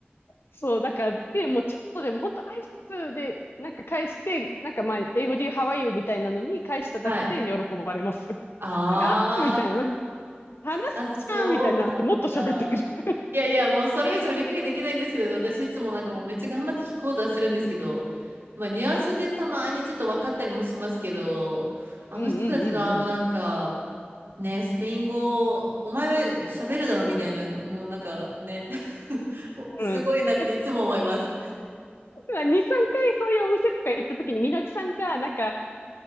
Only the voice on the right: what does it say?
はい。
あー、
あ、そうなんだ。
いやいや、もうそれ以上理解できないんですけど、私いつもなんかもうめっちゃ頑張って聞こうとはするんですけど、まあニュアンスでたまにちょっと分かったりもしますけど、あの人たちのあのなんか、
ねえ、スペイン語、お前喋るだろみたいな、もうなんかね、<laughs> おすごいなっていつも思います。